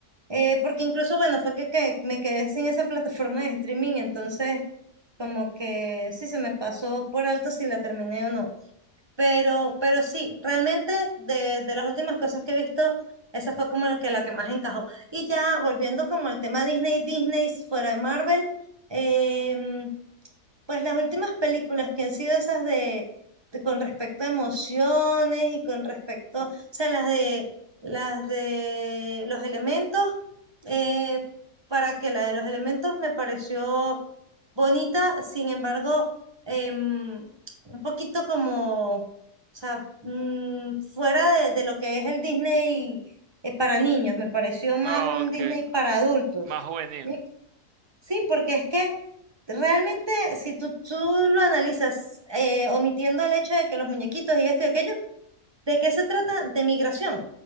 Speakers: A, on the right; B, on the right.
A: Eh, porque incluso, bueno, fue que, que me quedé sin esa plataforma de streaming, entonces como que sí se me pasó por alto si la terminé o no. Pero, pero sí, realmente de, de las últimas cosas que he visto, esa fue como la que, la que más encajó. Y ya volviendo como al tema Disney, Disney fuera de Marvel, em, pues las últimas películas que han sido esas de, de- con respecto a emociones y con respecto, o sea, las de las de los elementos, eh, para que la de los elementos me pareció bonita, sin embargo, em, un poquito como, o sea, mm, fuera de, de lo que es el Disney eh, para niños, me pareció más
B: No,
A: un
B: Ok,
A: Disney para adultos.
B: más juvenil
A: ¿sí? Sí, porque es que Realmente, si tú, tú lo analizas, eh, omitiendo el hecho de que los muñequitos y esto y aquello, ¿de qué se trata? De migración.